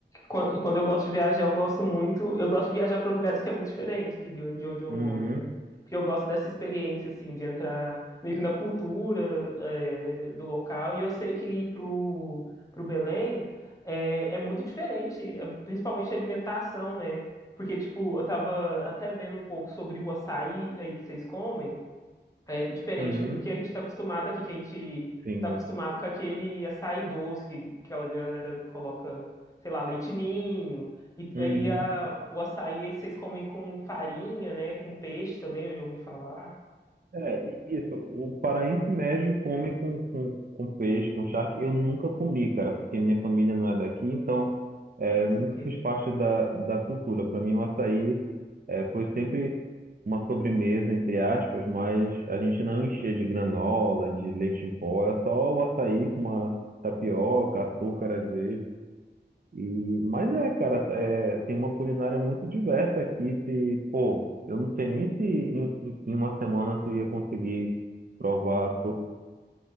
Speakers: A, on the left; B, on the right.
A: quando, quando eu gosto de viajar, eu gosto muito, eu gosto de viajar para lugares que é muito diferente aqui de onde, de onde eu
B: Uhum,
A: moro, né? Porque eu gosto dessa experiência, assim, de entrar meio que na cultura, é, do local. E eu sei que ir pro, pro Belém é, é muito diferente, é, principalmente a alimentação, né? Porque, tipo, eu tava até vendo um pouco sobre o açaí aí que vocês comem. É diferente
B: uhum,
A: do que a gente está acostumado aqui, que a gente
B: sim.
A: está acostumado com aquele açaí doce, que aquela galera coloca, sei lá, leite ninho. E
B: Uhum.
A: aí a, o açaí vocês comem com farinha, né? Com peixe também, eu já ouvi falar.
B: É, e isso, o paraense médio come com, com, com peixe, com charque. Eu nunca comi, cara, porque minha família não é daqui, então é,
A: Ah,
B: nunca
A: saquei.
B: fiz parte da, da cultura. Para mim, o açaí É, foi sempre uma sobremesa, entre aspas, mas a gente não enchia de granola, de leite em pó, é só o açaí com uma tapioca, açúcar às vezes. E, mas é, cara, é, tem uma culinária muito diversa aqui. Se, pô, eu não sei nem se em, em- em uma semana tu ia conseguir provar to-